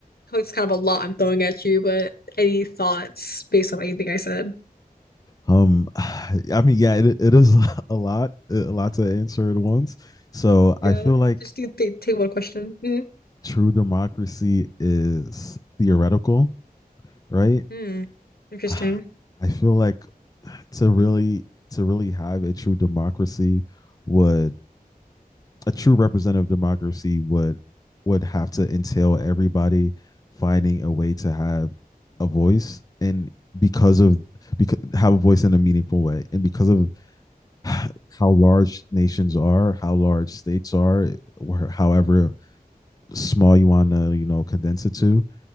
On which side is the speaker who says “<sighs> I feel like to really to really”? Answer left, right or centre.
Left